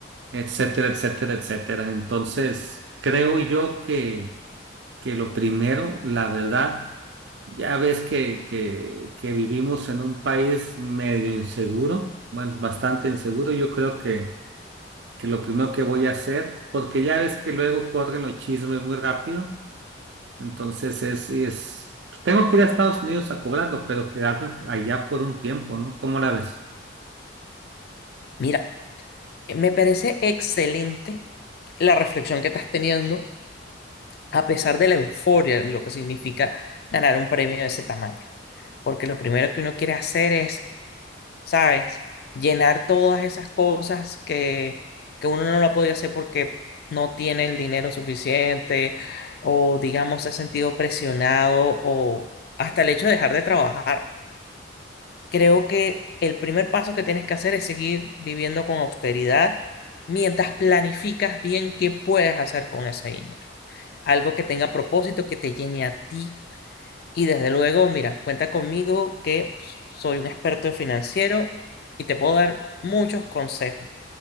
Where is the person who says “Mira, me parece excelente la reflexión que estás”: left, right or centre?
Left